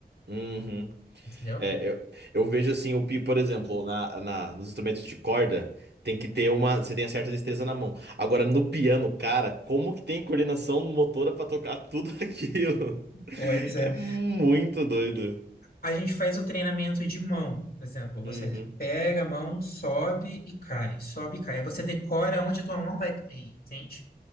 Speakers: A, on the right; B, on the left.
A: Uhum.
B: Entendeu?
A: É, eu, eu vejo assim, o pi, por exemplo, na, na, nos instrumentos de corda, tem que ter uma. Você tem a certa destreza na mão. Agora, no piano, cara, como que tem coordenação motora pra tocar tudo <laughs> aquilo?
B: Pois é.
A: É muito doido.
B: A gente faz o treinamento de mão. Por exemplo, você
A: Uhum.
B: pega a mão, sobe e cai, sobe e cai. Aí você decora onde a tua mão vai cair, entende?